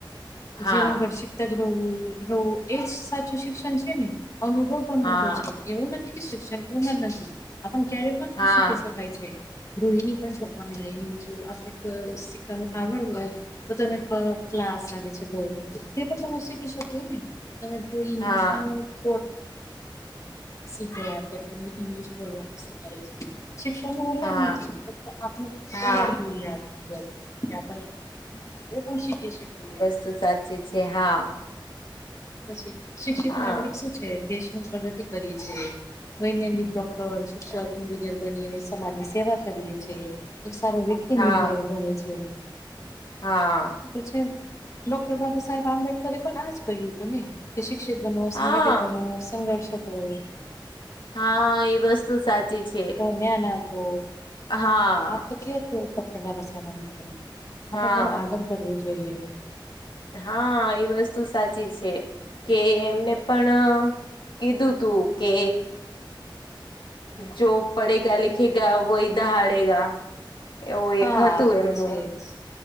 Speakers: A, on the left; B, on the left.
A: હા
B: જીવનભર શીખતા જ રહેવું રહેવું એજ સાચું શિક્ષણ છે ને. અનુભવ પણ
A: હા
B: મોટો છે. એવું નથી કે શિક્ષણ <unintelligible> નથી. આપણે ક્યારે પણ
A: હા
B: શીખી શકીએ. થાય છે. <inaudible> પણ ઓનલાઈન જો આપણે શીખવાની આવડ હોય તો તમે ક્લાસ આવે છે બોઉ. તે પણ તમે શીખી શકો ને. તમે કોઈ ઈનીશનલ
A: હા
B: <unintelligible> તમને ઇંગ્લિશ બોલવાનું શીખાવાડે છે. શિક્ષણની ઉમર
A: હા
B: નથી. ફક્ત આપડી તૈયાર
A: હા
B: જોઈએ આપ જે આપણ ને પણ શીખી શકીએ.
A: તો સાચી છે હા.
B: પછી શિક્ષિત
A: હા
B: નાગરિક શું છે? દેશની પ્રગતિ કરી છે. <inaudible> કો શિક્ષક એન્જિનિયર બની સમાજની સેવા કરીએ છીએ. એક સારો <unintelligible> સિંગલ
A: હા
B: બને છે.
A: હા.
B: તો છે ડોક્ટર બાબાસાહેબ આંબેડકરે પણ આજ કહ્યું હતું ને? કે શિક્ષિત બનો સંઘટિત
A: હા
B: બનો સંઘર્ષ કરો.
A: હા એ વસ્તુ સાચી છે.
B: ન્યા નાં તો
A: હા
B: આ જ તો કહ્યું હતું ડોક્ટર બાબાસાહેબ આંબેડકરે. આપણે
A: હા
B: તેનો આદર કરવો જોઈએ.
A: હા એ વસ્તુ સાચી છે કે એમને પણ કીધું હતું કે જો પડેગા લિખેગા વો ઈતિહાસ બદલેગા એવું
B: હા
A: એક હતું
B: તો
A: એમનું.
B: છે જ